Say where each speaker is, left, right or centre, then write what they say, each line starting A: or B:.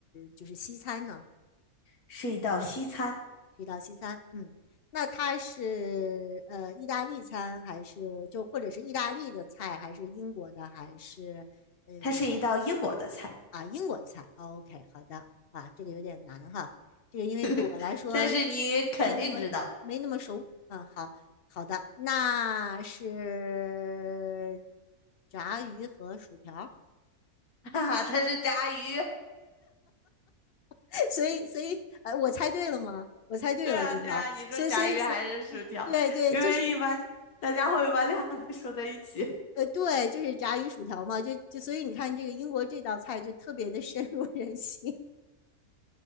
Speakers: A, on the left; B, on the left.
A: 就是西餐呢？
B: 是一道西餐，
A: 是一道西餐，嗯，那它是呃意大利餐还是就或者是意大利的菜，还是英国的，还是呃
B: 它是一道英国的菜，
A: 啊英国的菜哦？OK，好的，啊，这个有点难哈，这个因为对我来说
B: <laughs> 但是你肯定知道，
A: 没那么没那么熟，嗯，好好的，那是炸鱼和薯条儿
B: <laughs> 哈哈，它是炸鱼。
A: <laughs> 所以所以呃我猜对了吗？我猜对了对吗？
B: 对啊，对啊，你说炸鱼还是薯条？
A: 所以所以所以，嗯对对，
B: 因为一般大家会把两个说在一起。
A: 这是。呃，对，就是炸鱼薯条嘛，就就所以你看这个英国这道菜就特别的深入人心，